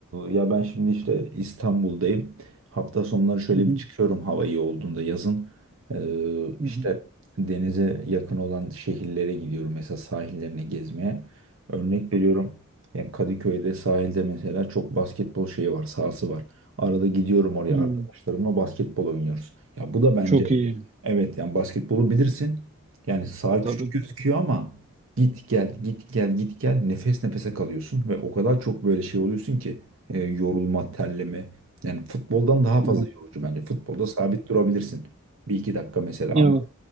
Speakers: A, on the right (about 75°); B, on the right (about 30°).
A: ya ben şimdi işte İstanbul'dayım. Hafta sonları şöyle
B: Hı hı,
A: bir çıkıyorum hava iyi olduğunda yazın. E,
B: hı
A: işte
B: hı,
A: denize yakın olan şehirlere gidiyorum. Mesela sahillerine gezmeye. Örnek veriyorum. Yani Kadıköy'de sahilde mesela çok basketbol şeyi var, sahası var. Arada gidiyorum oraya
B: hı.
A: arkadaşlarımla basketbol oynuyoruz. Ya bu da bence
B: Çok iyi
A: evet yani basketbolu bilirsin. Yani saha
B: tabii.
A: küçük gözüküyor ama Git gel, git gel, git gel. Nefes nefese kalıyorsun ve o kadar çok böyle şey oluyorsun ki e, yorulma, terleme. Yani futboldan daha fazla
B: Evet,
A: yorucu bence. Futbolda sabit durabilirsin. Bir iki dakika mesela
B: evet.
A: anladın.